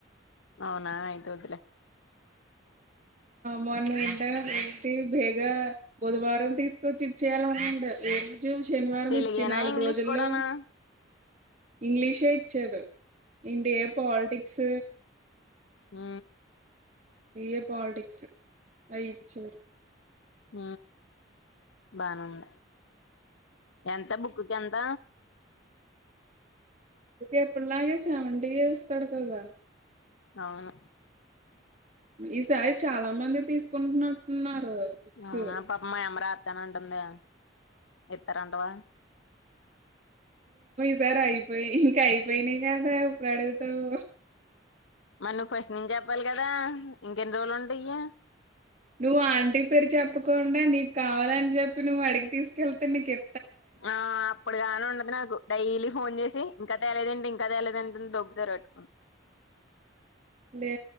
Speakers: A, on the left; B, on the right.
A: అవునా అయితే వద్దులే
B: మార్ని వింటనే బేగా బుధవారం తీసుకొచ్చి ఇచ్చేయాలనండి రజు శనివారం
A: తెలుగేనా
B: ఇచ్చి నాలుగు
A: ఇంగ్లీష్
B: రోజుల్లో
A: కూడానా
B: ఇంగ్లీషే ఇచ్చారు ఇడి పోాలిటిక్స్
A: ఆ
B: ఏ్య పోాలిటిక్స్ అయిచ్చూరు
A: హ బానుంది ఎంత బుక్కి ఎంత
B: ఎప్పుటిలాగే సెవెంటీ ఇస్తాడు కదా
A: అవును
B: ఈసారి చాలా మంది తీసుకుంటున్నట్టున్నారు బుక్స్
A: అవునా పాపమ్ యమ్మ రాత్తాను అంటుందె ఇత్తరంటవా
B: ఇత్తార అయిపొయ్ ఇంకా అయిపోయినాయి గదా ఇప్పుడు అడుగుతావు
A: మళ్ళి నువ్ ఫస్ట్ నుంచి చెప్పాలి కదా ఇంకెన్ని రోజులు ఉంటయి
B: నువ్వు ఆంటీ పేరు చెప్పకుండా నీకు కావాలని చెప్పి నువ్వు అడిగి తీసుకెళ్తే నీకు ఎ
A: ఆ అప్పుడుగాని ఉండదు నాకు డైలీ ఫోన్ జేసి ఇంకా త్యాలేదేంటి ఇం కదాల్లంటుంది దోమ్ తెర గట్టుకుంద్
B: లే